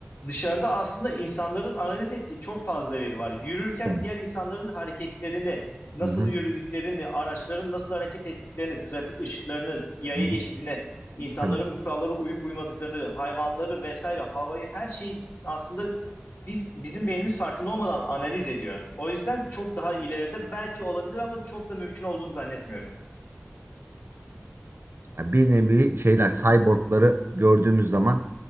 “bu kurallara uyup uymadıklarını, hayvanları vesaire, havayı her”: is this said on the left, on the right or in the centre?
Left